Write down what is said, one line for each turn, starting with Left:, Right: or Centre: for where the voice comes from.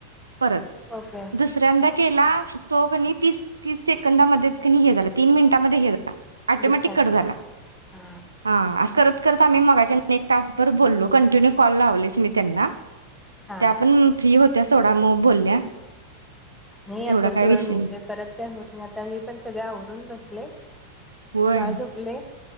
Right: परत
Centre: ओके
Right: दुसऱ्यांदा केला तो किनी तीस- तीस सेकंदामध्येच हे झाला तीन मिनिटामध्ये हे झा- ऑटोमॅटिक
Centre: डिस्कनेक्ट
Right: कट झाला
Centre: झालं हा
Right: हां अस करत करत आम्ही मगाच्यांन एक तासभर बोललो कंटिन्यू कॉल लावलेच मी त्यांना
Centre: हा
Right: त्या पण फ्री होत्या - थोडा मग बोलल्या
Centre: नाही आताच
Right: एवढा काय
Centre: वेळ
Right: विषय
Centre: मिळते
Right: नाही
Centre: परत काय होत नाही आता मी पण सगळे आवरून बसले
Right: होय
Centre: बाळ झोपलय-